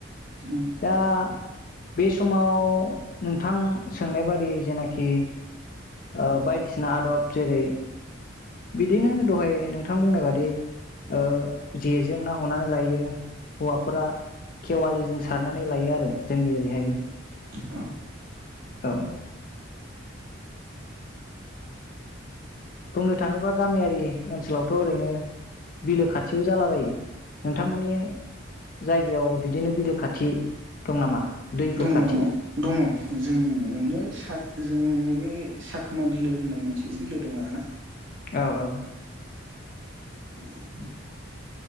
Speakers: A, on the right (about 65°); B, on the left (about 45°).
A: उम।
B: दा बे समाव नोंथां सोंनाय बादि जेनाखि। ओ बायदिसिना आद'ब जेरै। बिदिनो दहाय नोंथां बुंनाय बादि। ओ जेजों ना ह'नानै लायो हौवाफोरा खेवालिजों सारनानै लायो आरो जोंनि ओरैहायबो।
A: अ।
B: औ। बुंनो थाङोबा गामियारि ओनसोलावथ' ओरैनो। बिलो खाथिबो जालाबायो नोंथांमोननि। जायगायाव बिदिनो बिलो खाथि दं नामा? दैफोर
A: दङ
B: खाथि
A: दङ दङ जोंनियावनो साग जोंनि बे। साखोमा बिलो होननाय मोनसे बिलो दं आरो ना।
B: औ औ।
A: <unintelligible>